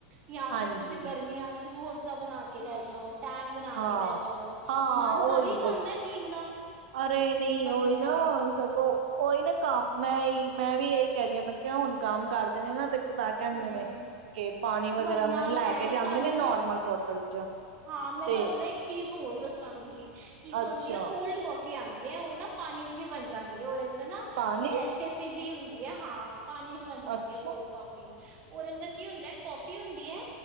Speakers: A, on the right; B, on the right.
A: ਯਾਂ
B: ਹਾਂਜੀ
A: ਫਿਰ ਤੁਸੀਂ ਗਰਮੀਆਂ ਚ ਰੂਹਫ <unintelligible> ਕੇ ਲੈ ਜਾਓ, ਟੈੰਗ ਬਣਾ
B: ਹਾਂ
A: ਕੇ ਲੈ ਜਾਓ,
B: ਹਾਂ
A: ਮਨ
B: ਉਹੀ
A: ਕਰ ਹੀ
B: ਬਸ
A: ਜਾਂਦਾ ਪੀਣ ਦਾ!
B: ਅਰੇ ਨਹੀਂ
A: ਬੰਦੇ
B: ਉਹੀ ਨਾ
A: ਦਾ
B: ਸਗੋਂ ਉਹੀ ਨਾ ਕੰਮ ਮੈਂ ਈ ਮੈਂ ਵੀ ਇਹੀ ਕਹਿ ਰਹੀ ਹਾਂ ਮੈਂ ਕਿਹਾ ਹੁਣ ਕੰਮ ਕਰਦੇ ਨੇ ਨਾ ਤੇ ਤਾਂ ਕਹਿੰਦੇ
A: ਹੂੰ।
B: ਨੇ, ਕੇ ਪਾਣੀ ਵਗੈਰਾ
A: ਵਰਨਾ
B: ਮਤਲਬ
A: ਮੈਂ
B: ਲੈ ਕੇ ਜਾਂਦੇ
A: ਤੁਹਾਨੂੰ
B: ਨੇ ਨੋਰਮਲ ਬੋਟਲ ਚ
A: ਹਾਂ ਮੈਂ
B: ਤੇ
A: ਤੁਹਾਨੂੰ ਨਾ ਇੱਕ ਚੀਜ਼ ਹੋਰ ਦੱਸਾਂਗੀ ਇੱਕ
B: ਅੱਛਾ
A: ਹੁੰਦੀ ਆ ਕੋਲਡ ਕੋਫ ਆਂਦੀ ਹੈ ਉਹ ਨਾ ਪਾਣੀ ਚ ਵੀ ਬਣ ਜਾਂਦੀ ਹੈ ਉਹ ਹੈਨਾ
B: ਪਾਣੀ
A: ਨੈਸਕੈਫੇ
B: ਚ
A: ਦੀ ਹੁੰਦੀ ਹਾਂ <unintelligible> ਪਾਣੀ ਚ ਬਣ ਜਾਂਦੀ
B: ਅੱਛਾ
A: ਹੈ ਕੋਲਡ ਕੌਫੀ ਹੋਰ ਅੰਦਰ ਕੀ ਹੁੰਦਾ, ਕੌਫੀ ਹੁੰਦੀ ਹੈ